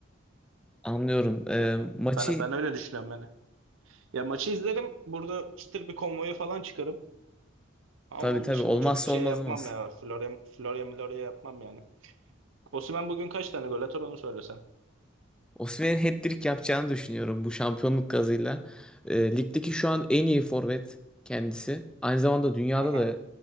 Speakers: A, in the centre; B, on the right.
A: anlıyorum. Ee,
B: Ya,
A: maçı
B: ben, ben öyle düşünüyorum yani. Ya maçı izlerim. Burada çıtır bir konvoyu falan çıkarım. Ama
A: tabii
B: onun
A: tabii
B: dışında
A: olmazsa
B: çok bir şey
A: olmazımız.
B: yapmam ya. Florya Florya Milorya yapmam yani. Osimhen bugün kaç tane gol atar onu söylesen.
A: Osimhen'in hat-trick yapacağını düşünüyorum bu şampiyonluk gazıyla. Ee, ligdeki şu an en iyi forvet kendisi. Aynı zamanda dünyada
B: Aha.
A: da